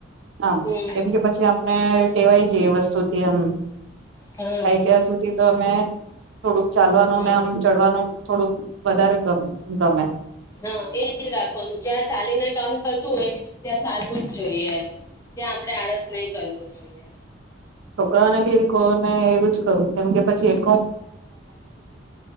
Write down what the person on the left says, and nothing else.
હમ
હા
હા
હા એજ રાખ આપવાનું જ્યાં ચાલીને કામ થતું હોય ત્યાં ચાલવું જ જોઈએ ત્યાં આપડણે આળસ નહી કરવો જોઈએ